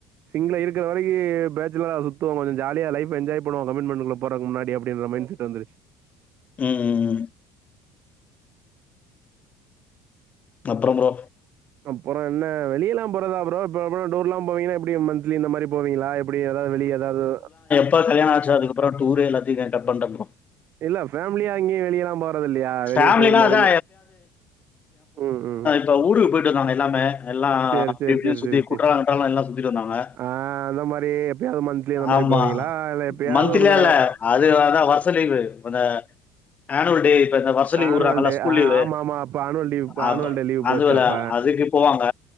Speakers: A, on the right; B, on the left.
A: சிங்கிள இருக்கிற வரைக்கு பேச்சலரா சுத்துவோ கொஞ்சோ ஜாலியா லைஃப் என்ஜாய் பண்ணுவோ கமிட்மெண்டடுகுள்ள போறக் முன்னாடி அப்டின்ற மைண்ட செட் வந்துச்சி
B: ம் ம் ம் அப்புறோ ப்ரோ
A: அப்புறோ என்ன வெளில்லா போறதா ப்ரோ இப்ப அம்ம டூர்ல்லா போவீன்னா எப்டி மந்த்லி இந்த மாரி போவீங்களா எப் இப்டி எதா வெளிய எதாது
B: இப்ப கல்யாண ஆச்ச அதுக்கப்புறோ டூர் எல்லாத்தியுமே கட்டப்பண்ட ப்ரோ
A: இல்ல ஃப் ஃபேமிலியா எங்கயு வெளியெல்லா போறது இல்லையா வெளிய
B: ஃபேமிலினா
A: டூர் மாரி
B: அதா
A: இந்த ம் ம்
B: த்தா ஊருக்கு போய் ட்டு நாங்க எல்லாமே எல்லா
A: சேரி
B: அப்டி
A: சேரி
B: இப்டின்னு
A: சேரி
B: சுத்தி
A: சேரி சேரி
B: குற்றாலோ கிற்றலோ எல்லா சுத்திட்டு வந்தாங்க
A: ஆ அந்த மாரி எப்பயாவது மந்த்லி அந்த மாரி
B: ஆமா
A: போவீங்களா? இல்ல எப்பயாவது
B: மந்த்லியா
A: ஒரு தடவ
B: இல்ல அது அதா வருஷ லீவு வந்த எனுவல் டே இப்ப இந்த வருஷ லீவு
A: ஆனுவல்
B: உறாங்க இல்ல
A: டே
B: ஸ்கூல்
A: ஆ
B: லீவு
A: ஆமாமா. அப்ப ஆனுவல் லீவ்
B: அப்ப
A: ஆனுவல் டே லீவ் போச்சு
B: அதுவல
A: அப்ப.
B: அதுக்கு போவாங்க